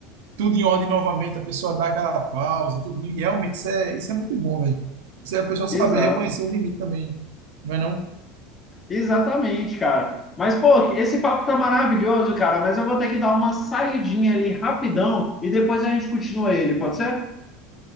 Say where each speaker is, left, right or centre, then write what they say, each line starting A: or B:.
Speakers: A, on the right (about 60°); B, on the left (about 25°).
A: tudo em ordem novamente, a pessoa dá aquela pausa, tudinho. E realmente isso é, isso é muito bom, velho. Isso é a pessoa saber
B: Exato.
A: reconhecer o limite também. Não é não?
B: Exatamente, cara. Mas, pô, esse papo tá maravilhoso, cara. Mas eu vou ter que dar uma saidinha ali rapidão e depois a gente continua ele, pode ser?